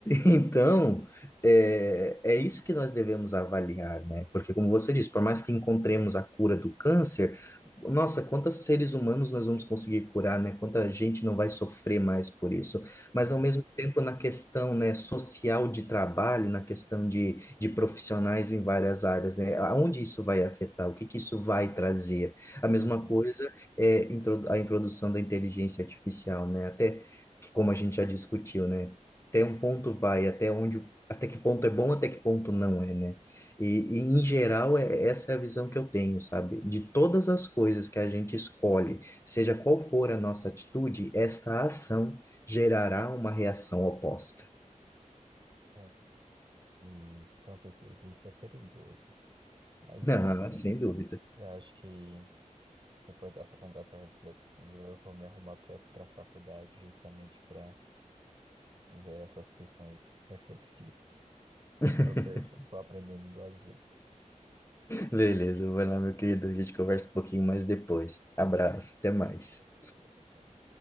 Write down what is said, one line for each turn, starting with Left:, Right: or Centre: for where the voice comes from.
Left: Então, é, é isso que nós devemos avaliar, né? Porque, como você disse, por mais que encontremos a cura do câncer, nossa, quantos seres humanos nós vamos conseguir curar, né? Quanta gente não vai sofrer mais por isso
Right: aham,
Left: mas ao mesmo tempo na questão, né, social de trabalho, na questão de, de profissionais em várias áreas, né, aonde isso vai afetar, o que que isso vai trazer. A mesma
Right: aham.
Left: coisa é intro- a introdução da inteligência artificial, né, até que, como a gente já discutiu, né, até um ponto vai, até onde, até que ponto é bom, até que ponto não é, né? E, e, em geral, é, essa é a visão que eu tenho, sabe? De todas as coisas que a gente escolhe, seja qual for a nossa atitude, esta ação gerará uma reação oposta.
Right: Bom, E com certeza isso é perigoso. Mas enfim,
Left: <laughs> Ah, sem dúvida.
Right: eu acho que depois dessa conversa reflexiva, eu vou me arrumar para a faculdade justamente para ver essas questões reflexivas.
Left: <laughs>
Right: Ou seja, eu estou aprendendo duas vezes.
Left: Beleza, vai lá, meu querido. A gente conversa um pouquinho mais depois. Abraço, até mais.
Right: Tchau, tchau.